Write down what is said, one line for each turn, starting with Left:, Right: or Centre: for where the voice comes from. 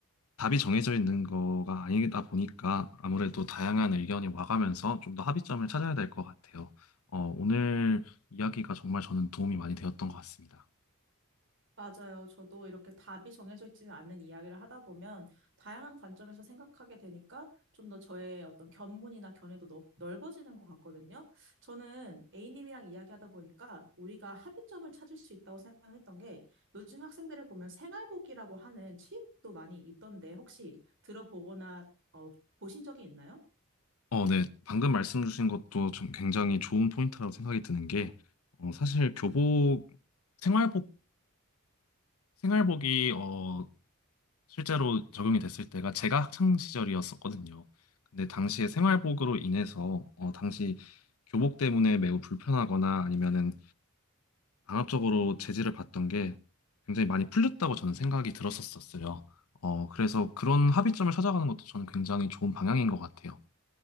Left: 답이 정해져 있는 거가 아니다 보니까 아무래도 다양한 의견이 와가면서 좀 더 합의점을 찾아야 될 것 같아요. 어, 오늘 이야기가 정말 저는 도움이 많이 되었던 것 같습니다.
Right: 맞아요. 저도 이렇게 답이 정해져 있지 않은 이야기를 하다 보면 다양한 관점에서 생각하게 되니까 좀 더 저의 어떤 견문이나 견해도 넓, 넓어지는 것 같거든요. 저는 A님이랑 이야기하다 보니까 우리가 합의점을 찾을 수 있다고 생각했던 게 요즘 학생들을 보면 생활복이라고 하는 취업도 많이 있던데 혹시 들어보거나 어, 보신 적이 있나요?
Left: 어, 네. 방금 말씀 주신 것도 좀 굉장히 좋은 포인트라고 생각이 드는 게, 어, 사실 교복, 생활복, 생활복이, 어, 실제로 적용이 됐을 때가 제가 학창 시절이었었거든요. 근데 당시에 생활복으로 인해서, 어, 당시 교복 때문에 매우 불편하거나 아니면은 강압적으로 제지를 받던 게 굉장히 많이 풀렸다고 저는 생각이 들었었어요. 어, 그래서 그런 합의점을 찾아가는 것도 저는 굉장히 좋은 방향인 것 같아요.